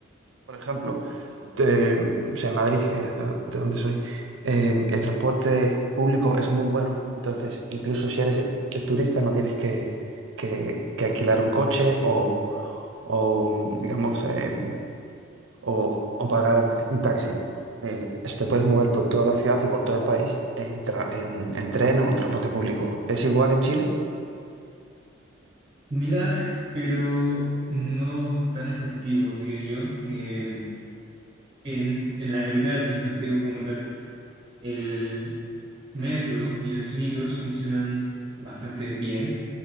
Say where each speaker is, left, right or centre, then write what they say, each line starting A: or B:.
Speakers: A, on the right (about 70°); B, on the right (about 25°).
A: por ejemplo, de, o sea, en Madrid, que es de de donde soy, eh, el transporte público es muy bueno. Entonces, incluso si eres eh, turista, no tienes que, que- que alquilar un coche o, o, digamos, eh, o, o pagar un taxi. Eh, si te puedes mover por toda la ciudad y por todo el país en, tra- en, en tren o en transporte público. ¿Es igual en Chile?
B: Similar, pero no tan efectivo, diría yo. Eh, en, en la capital, en Santiago como tal, el metro y los micros funcionan bastante bien,